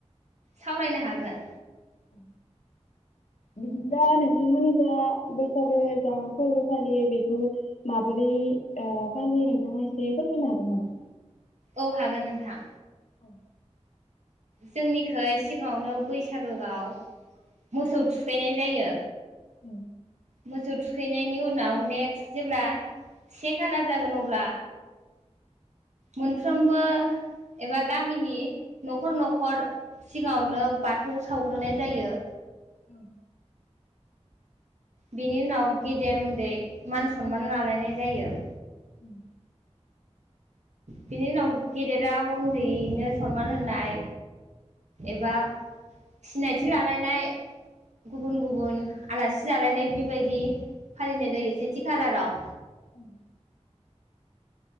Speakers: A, on the right; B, on the left.
A: सावरायनो हागोन।
B: अ बिदिब्ला नोंथांमोननि जा बैसागो जा फोरबो फालियो बेखौ माबोरै ओ फालियो नोंथाङा एसे फोरमायनो हागोन नामा?
A: औ हागोन नोंथां।
B: अ।
A: जोंनिखै सिगाङावनो बैसागोआव मोसौ थुखैनाय जायो।
B: अ।
A: मोसौ थुखैनायनि उनाव नेक्स्ट जेब्ला से खालार जागोन अब्ला मोनफ्रोमबो एबा गामिनि न‌खर नखर सिगाङावनो बाथौ सावग्रोनाय जायो।
B: औ।
A: बिनि उनाव गेदेर उन्दै मान सनमान लालायनाय जायो।
B: ओं।
A: बिनि उनाव गेदेराव उन्दैनो सनमान होनाय एबा सिनायथि लालायनाय गुबुन गुबुन आलासि जालायनाय बेबायदि फालिनाय जायो सेथि खालाराव।
B: ओं।